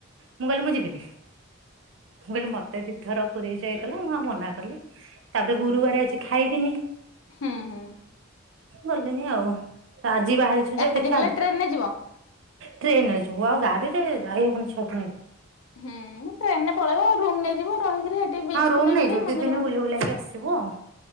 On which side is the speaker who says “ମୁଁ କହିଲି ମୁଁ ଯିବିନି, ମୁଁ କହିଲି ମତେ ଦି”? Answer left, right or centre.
Right